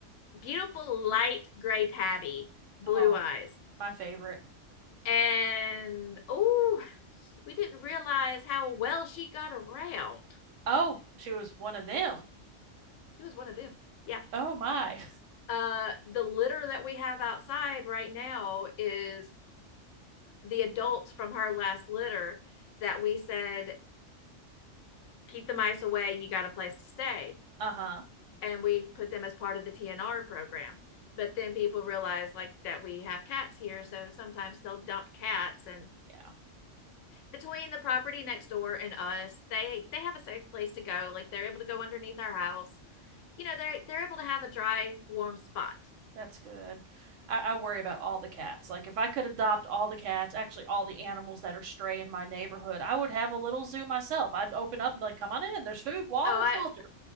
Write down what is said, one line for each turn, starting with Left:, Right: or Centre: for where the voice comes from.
Left: beautiful light gray tabby, blue
Right: Oh,
Left: eyes,
Right: my favorite.
Left: and oh, we didn't realize how well she got around.
Right: Oh, she was one of them.
Left: She was one of them. Yeah.
Right: Oh my.
Left: Uh, the litter that we have outside right now is the adults from her last litter that we said keep the mice away you got a place to stay
Right: <laughs> Uh-huh.
Left: and we put them as part of the tnr program but then people realize like that we have cats here so sometimes they'll dump cats and
Right: Yeah.
Left: between the property next door and us they they have a safe place to go like they're able to go underneath our house you know they're they're able to have a dry warm spot
Right: That's good. I, I worry about all the cats. Like if I could adopt all the cats, actually all the animals that are stray in my neighborhood, I would have a little zoo myself. I'd open up and be like, "Come on in. There's food, water,
Left: oh i
Right: shelter."